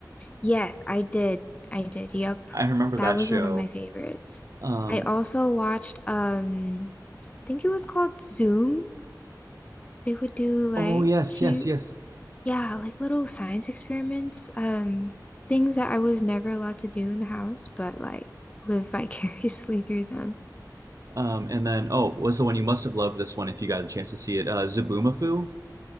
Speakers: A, on the left; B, on the right.
A: Yes, I did. I did. Yep.
B: I remember
A: That
B: that
A: was
B: show.
A: one of my favorites.
B: Um
A: I also watched um I think it was called Zoom. They would do like
B: oh yes,
A: cute,
B: yes, yes.
A: yeah, like little science experiments, um things that I was never allowed to do in the house, but like live vicariously <laughs> through them.
B: Um and then oh, was the one you must have loved this one if you got a chance to see it, uh Zaboomafoo.